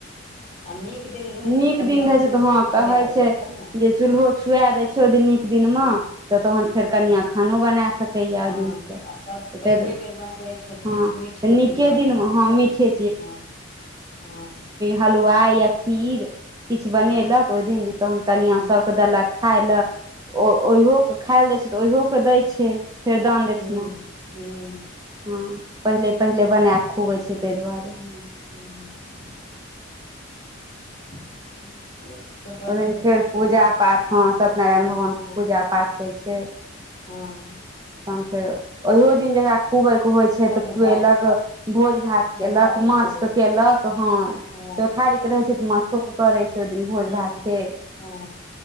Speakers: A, on the left (about 35°); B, on the right (about 20°).
A: अ नीक दिन रहै
B: नीक
A: छै तऽ कनिआँ
B: दिन
A: चूल्हो
B: रहे छै तऽ हँ
A: छुआ
B: कहे
A: दै
B: छै
A: ने
B: जे चूल्हो छुआ देय छै ओहि दिन न एक दिन
A: हँ
B: मे तऽ तहन फेर
A: हँ
B: कनिया खानो बना सकैया
A: हँ
B: ओहि दिनसँ
A: आ सभसँ
B: तऽ
A: पहिले
B: ताहि दुआरे
A: बेर बनबै छै तऽ
B: हँ
A: किछु मीठे
B: तऽ नीके
A: चीज बनबै
B: दिनमे
A: छै
B: हँ मीठे
A: हँ हँ
B: हलुवा या खीर किछु बनेलक
A: हँ
B: ओहि दिन तहन कनिया
A: हूँ
B: सबके देलक खाय लए त ओ ओहियोके खाय लए दै छै तऽ ओहिओोके दै छै फेर दान
A: हूँ
B: दै छ ने
A: हूँ
B: हँ पहिले पहिले बनााकऽ खुआबै छै ताहि दुआरे
A: ह <unintelligible>
B: ओहि दिन
A: होइ
B: फेर
A: छै
B: पूजा
A: ने
B: पाठ हँ सत्यनारायण भगवानके
A: हँ
B: पूजा पाठ होइ छैय।
A: हँ
B: तहन फेर ओहो दिन जकरा खुआयबेके होइ छैय
A: भोज
B: तऽ खुएलक।
A: भात
B: भोज भात कयेलक
A: भात
B: माछके
A: करै छै
B: कयेलक हँ।
A: हँ
B: चौठारीके रहै छैय तऽ माछोकेँ करै छैय ओहि दिन भोज
A: हूँ
B: भात फेर।
A: हँ